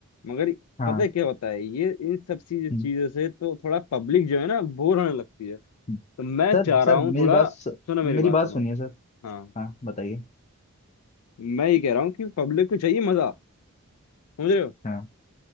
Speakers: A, on the left; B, on the left.
A: मगर
B: हाँ
A: पता है क्या होता है ये इन सब चीज
B: हम्म,
A: चीजों से तो थोड़ा पब्लिक जो है ना बोर होने लगती है
B: हम्म।
A: तो मैं
B: सर
A: चाह रहा
B: सर
A: हूँ
B: मेरी
A: थोड़ा
B: बात
A: सुनो मेरी
B: मेरी
A: बात
B: बात
A: सुनो
B: सुनिए सर
A: हाँ
B: हाँ बताइए
A: मैं ये कह रहा हूँ कि पब्लिक को चाहिए मजा समझ रहे हो
B: हाँ